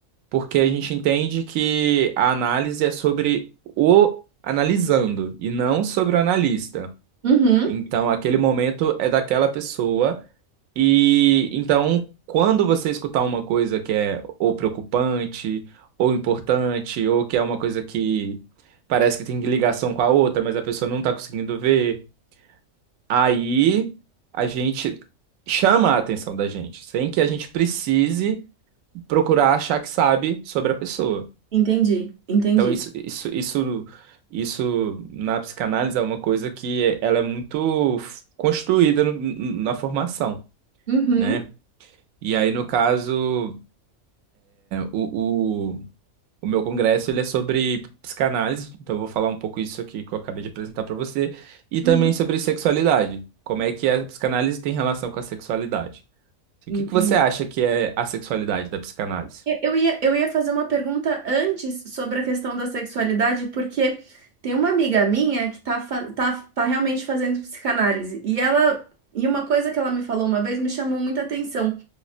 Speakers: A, on the right; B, on the right.
A: Porque a gente entende que a análise é sobre o analisando e não sobre o analista.
B: uhum.
A: Então, aquele momento é daquela pessoa e então, quando você escutar uma coisa que é ou preocupante, ou importante, ou que é uma coisa que parece que tem ligação com a outra, mas a pessoa não está conseguindo ver, aí a gente chama a atenção da gente, sem que a gente precise procurar achar que sabe sobre a pessoa.
B: Entendi, entendi.
A: Então, isso, isso, isso, isso na psicanálise é uma coisa que é- ela é muito f- construída no- na formação,
B: Uhum,
A: né? E aí, no caso. O, o, o meu congresso ele é sobre psicanálise, então eu vou falar um pouco isso aqui que eu acabei de apresentar para você, e
B: uhum,
A: também sobre sexualidade. Como é que a psicanálise tem relação com a sexualidade? O
B: entendi.
A: que que você acha que é a sexualidade da psicanálise?
B: Eu eu ia, eu ia fazer uma pergunta antes sobre a questão da sexualidade, porque tem uma amiga minha que tá, fa- tá, tá realmente fazendo psicanálise, e ela. E uma coisa que ela me falou uma vez me chamou muita atenção,